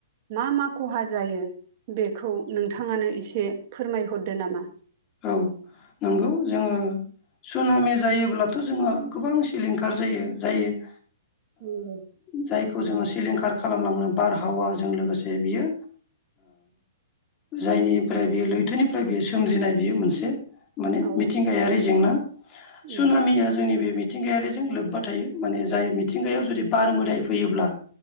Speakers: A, on the right; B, on the left.
A: मा मा खहा जायो बेखौ नोंथाङानो एसे फोरमायहरदो नामा
B: औ नंगौ जोङो सुनामि जायोब्लाथ' जोङो गोबां सिलिंखार जायो जायो
A: उ
B: जायखौ जोङो सिलिंखार खालामलांनो बारहावाजों लोगोसे बियो जायनिफ्राय बे लैथोनिफ्राय बेयो सोमजिनाय बेयो मोनसे माने
A: औ
B: मिथिंगायारि जेंना
A: उम
B: सुनामिया जोंनि बे मिथिंगायारिजों लोब्बा थायो माने जाय मिथिंगायाव जुदि बार मोदाय फैयोब्ला